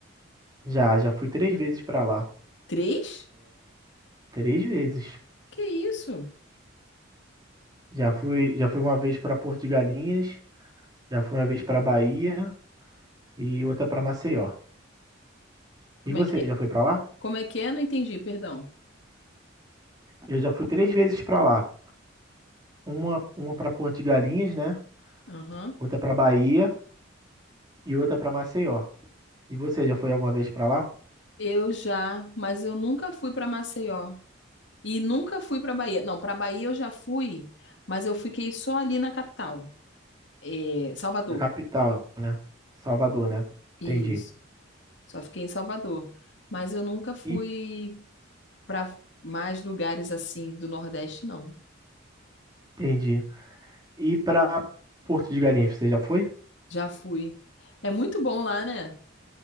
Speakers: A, on the right; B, on the left.
A: Já, já fui três vezes pra lá.
B: Três?
A: Três vezes.
B: Que isso?
A: Já fui, já fui uma vez pra Porto de Galinhas, já fui uma vez pra Bahia e outra pra Maceió.
B: Como
A: E você,
B: é que é?
A: já foi pra lá?
B: Como é que é? Não entendi, perdão.
A: Eu já fui três vezes pra lá. Uma, uma para Porto de Galinhas, né?
B: Aham.
A: Outra pra Bahia e outra pra Maceió. E você já foi alguma vez pra lá?
B: Eu já, mas eu nunca fui para Maceió e nunca fui para Bahia. Não, para Bahia eu já fui, mas eu fiquei só ali na capital, é, Salvador.
A: Na capital, Salvador, né? Entendi.
B: Isso. Só fiquei em Salvador, mas eu nunca fui
A: E,
B: para mais lugares assim do Nordeste, não.
A: entendi. E pra Porto de Galinhas, você já foi?
B: Já fui. É muito bom lá, né?